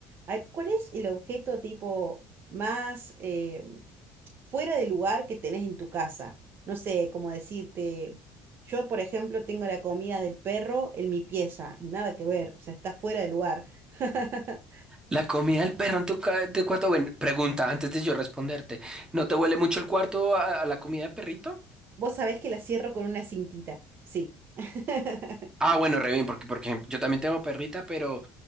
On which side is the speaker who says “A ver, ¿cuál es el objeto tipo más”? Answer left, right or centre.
Right